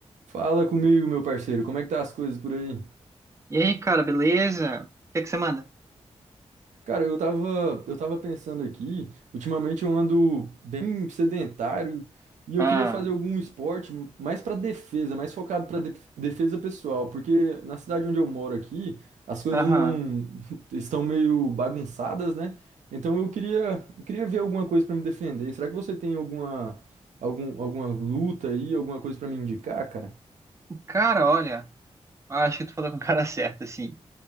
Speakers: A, on the right (about 85°); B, on the right (about 25°).
A: Fala comigo, meu parceiro, como é que tá as coisas por aí?
B: E aí, cara, beleza? O que é que você manda?
A: Cara, eu tava, eu tava pensando aqui, ultimamente eu ando bem sedentário e eu
B: Ah,
A: queria fazer algum esporte mais pra defesa, mais focado pra de- defesa pessoal, porque na cidade onde eu moro aqui, as coisas
B: aham.
A: não <laughs> estão meio bagunçadas, né? Então eu queria, eu queria ver alguma coisa pra me defender. Será que você tem alguma, algum, alguma luta aí, alguma coisa pra me indicar, cara?
B: Cara, olha, acho que tu falou com o cara <laughs> certo, assim.